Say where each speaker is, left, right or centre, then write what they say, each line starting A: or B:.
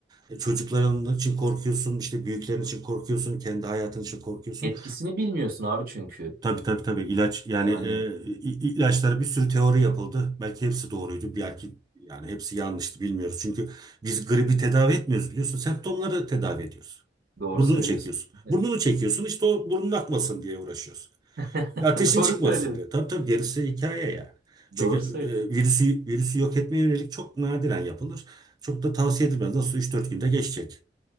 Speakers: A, on the right; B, on the right.
A: E, Çocukların için korkuyorsun, işte büyüklerin için korkuyorsun, kendi hayatın için korkuyorsun.
B: Etkisini bilmiyorsun abi çünkü.
A: Tabii tabii tabii ilaç yani
B: Yani
A: e, i- ilaçlara bir sürü teori yapıldı. Belki hepsi doğruydu, belki yani hepsi yanlıştı bilmiyoruz. Çünkü biz gribi tedavi etmiyoruz biliyorsun. Semptomları tedavi ediyoruz.
B: Doğru
A: Burnunu
B: söylüyorsun.
A: çekiyorsun.
B: Evet.
A: Burnunu çekiyorsun işte o burnun akmasın diye uğraşıyorsun.
B: <laughs>
A: Ateşin
B: Doğru
A: çıkmasın
B: söylüyorsun.
A: diyor. Tabii tabii gerisi hikaye yani. Çünkü
B: Doğru söylüyorsun.
A: e, virüsü virüsü yok etmeye yönelik çok nadiren yapılır. Çok da tavsiye edilmez. Nasıl 3-4 günde geçecek.